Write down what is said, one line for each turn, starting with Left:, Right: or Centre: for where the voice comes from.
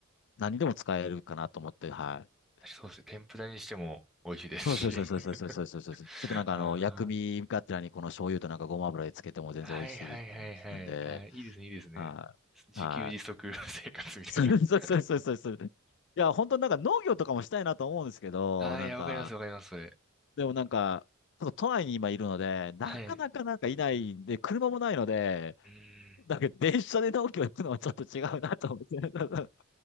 Left: 何でも使えるかなと思って、はい。
Centre: そうですね。天ぷらにしても美味しいですし。
Left: そうそうそうそうそうそうそうですそうですそう。
Centre: <laughs>
Left: ちょっとなんかあの、
Centre: あ
Left: 薬味がてらにこの醤油となんかごま油でつけても全然美味しいっていうのを聞くんで、
Centre: あ、はいはいはいはい。あー、いいですね、いいですね。
Left: はい。
Centre: 自給自足
Left: はい。
Centre: <laughs> 生活みたいな。
Left: そうそうそうそうそうそう。
Centre: <laughs>
Left: いや、本当になんか農業とかもしたいなと思うんですけど、
Centre: ああ、
Left: なんか、
Centre: いや、わかりますわかります、それ。
Left: でもなんか、ちょっと都内に今いるので、なかなかなんかいないんで、
Centre: はい。
Left: 車もないので、
Centre: うーん。
Left: なんか電車で農業行くのはちょっと違うなと思って。<laughs>